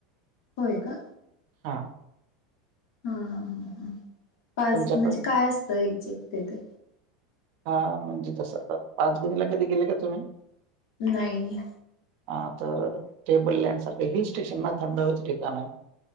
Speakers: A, on the left; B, on the right.
A: होय का,
B: हा
A: हा हा ह ह पाच
B: तुमच्याकडे?
A: म्हणजे काय असतं एक्झेक्ट तिथे?
B: हा म्हणजे तस पाच गणीला कधी गेले का तुम्ही?
A: नाही.
B: हा तर टेबललँड सारखं हिल स्टेशन ना थंड हव्याचं ठिकाण आहे